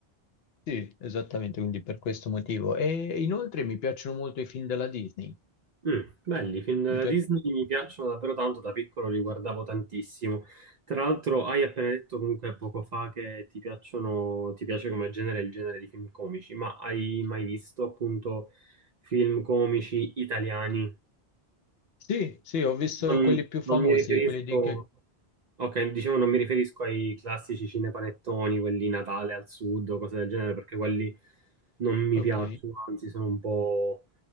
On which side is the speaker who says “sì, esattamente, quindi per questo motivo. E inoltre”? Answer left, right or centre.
Left